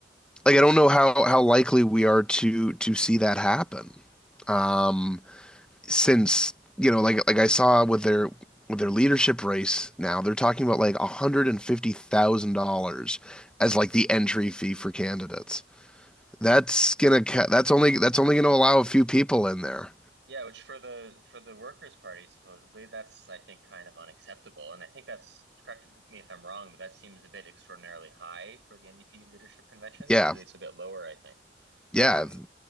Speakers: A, in the centre; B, on the right (about 80°).
A: like I don't know how how likely we are to to see that happen. Um, since you know, like like I saw with their with their leadership race now, they're talking about like one hundred and fifty thousand dollars as like the entry fee for candidates. That's gonna that's only that's only gonna allow a few people in there.
B: Yeah, which for the for the Workers' Party, supposedly, that's I think kind of unacceptable. And I think that's correct me if I'm wrong, but that seems a bit extraordinarily high for the NDP leadership conventions.
A: Yeah.
B: Usually it's a bit lower, I think.
A: Yeah.
B: Um,